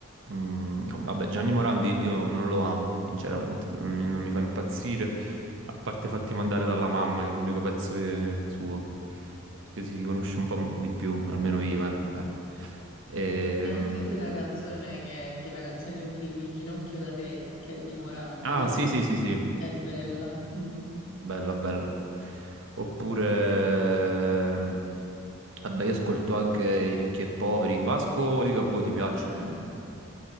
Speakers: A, on the right; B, on the left.
A: Mm, vabbè, Gianni Morandi io non lo amo, sinceramente, non, mi non mi fa impazzire, a parte fatti mandare dalla mamma, che è l'unico pezzo che- suo, che si conosce un po' m- di più, almeno io, eh. cioè. Ehm,
B: C'è anche quella canzone che è, che è la canzone di un film In ginocchio da te, che è di Morandi,
A: Ah,
B: quella
A: sì, sì, sì, sì,
B: è bella. Mm.
A: bella, bella. Oppure, ehm, vabbè, io ascolto anche i ricchi e poveri. Vasco o Ligabue ti piacciono?
B: Ah,